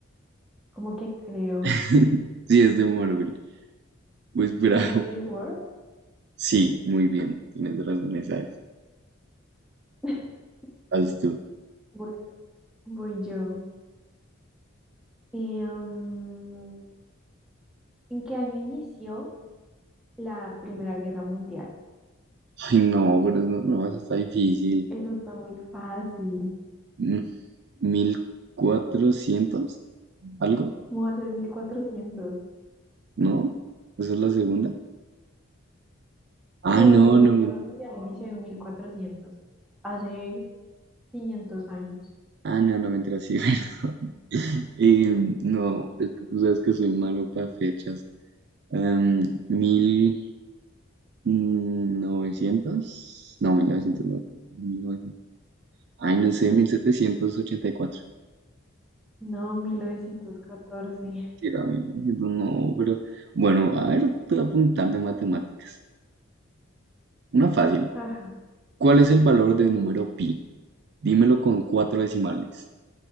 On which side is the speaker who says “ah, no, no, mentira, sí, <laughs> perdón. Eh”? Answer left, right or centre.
Right